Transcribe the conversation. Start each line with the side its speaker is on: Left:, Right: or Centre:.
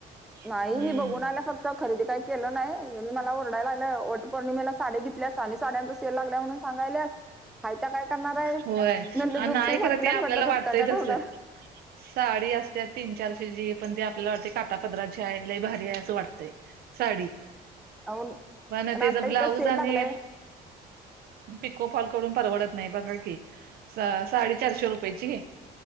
Centre: नाही.
Right: हम्म
Centre: मी बघून आल्या फक्त खरदी काही केली नाही. ह्यांनी मला ओरडायला लागलं. वटपौर्णिमेला साडी घेतल्यास आणि साड्यांचा सेल लागलाय म्हणून सांगायल्यास. हाय त्या काय करणार आहेस?
Right: होय
Centre: म्हटलं दुपटी
Right: नाही
Centre: फाटल्यात
Right: खरं ते आपल्याला
Centre: म्हटलं दुपटाटा
Right: वाटतय
Centre: लावणार
Right: तसं साडी असत्या तीन-चारशे ची पण ती आपल्याला वाटते काटा पदराची आहे. लई भारी आहे. असं वाटतंय. साडी
Centre: अन
Right: पण त्याच
Centre: आता
Right: ब्लाऊज
Centre: इथं सेल
Right: आणि
Centre: लागलाय
Right: पिको फॉल करून परवडत नाही. बघा की, साडी चारशे रुपयेची